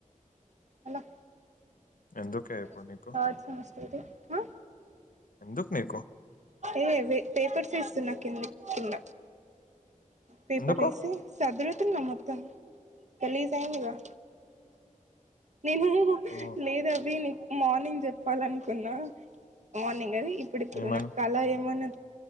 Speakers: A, on the right; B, on the left.
A: అలొ
B: ఎందుకే ఇప్పుడు
A: <unintelligible>
B: నీకు
A: సోది అ
B: ఎందుక్ నీకు
A: ఏ వె పేపర్స్ ఏస్తున్న కింది కింద పేపర్
B: ఎందుకు
A: ఏసి సదృ తున్న మొత్తం గలీజ్ అయిందిగా నేను హు
B: ఓ
A: లేదు అభి నీకు మార్నింగ్ చెప్పాలనుకున్నా మార్నింగ్ అది ఇప్పుడు ఇప్పుడు
B: ఏమని
A: నా కళ ఏమనొ